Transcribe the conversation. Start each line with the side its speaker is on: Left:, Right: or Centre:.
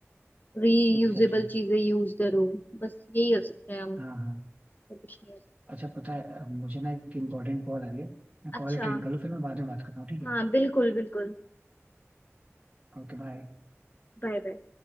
Left: रीयूजेबल
Right: Exactly exactly.
Left: चीजें यूज करो बस यही हो सकता है हम
Right: हाँ हाँ
Left: और कुछ नहीं हो सकता
Right: अच्छा पता है अब मुझे ना एक इम्पोर्टेंट कॉल आ रही है मैं
Left: अच्छा
Right: कॉल अटेंड कर लूँ फिर मैं बाद में बात करता हूँ ठीक है
Left: हाँ बिल्कुल बिल्कुल
Right: Okay bye
Left: Bye bye